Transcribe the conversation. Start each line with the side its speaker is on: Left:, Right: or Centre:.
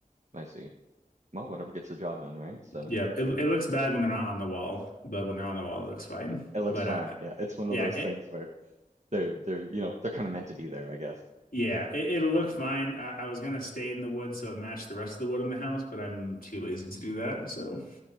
Right: I see. Well, whatever gets the job done, right? So
Left: Yeah, it, it looks bad when they're not on the wall, but when they're on the wall, it looks fine.
Right: it looks
Left: But
Right: fine.
Left: I,
Right: Yeah, it's one of
Left: yeah,
Right: those
Left: it,
Right: things where they're they're you know they're kind of meant to be there, I guess.
Left: Yeah, it, it'll look fine. I, I was gonna stay in the wood so it matched the rest of the wood in the house, but I'm too lazy to do that. So